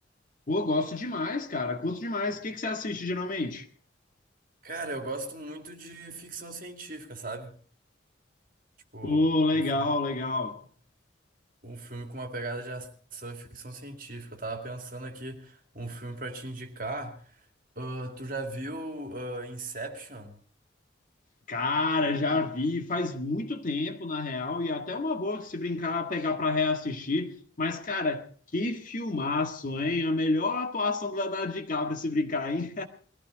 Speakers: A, on the left (about 45°); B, on the right (about 45°).
A: Pô, gosto demais, cara. Curto demais. O que que você assiste geralmente?
B: Cara, eu gosto muito de ficção científica, sabe? Tipo,
A: Pô, legal,
B: um filme.
A: legal.
B: um filme com uma pegada de ação e ficção científica. Eu tava pensando aqui um filme pra te indicar. Ah, tu já viu ah, Inception?
A: Cara, já vi faz muito tempo, na real, e é até uma boa que se brincar, pegar pra reassistir. Mas, cara, que filmaço, hein? A melhor atuação do Leonardo DiCaprio se brincar, hein?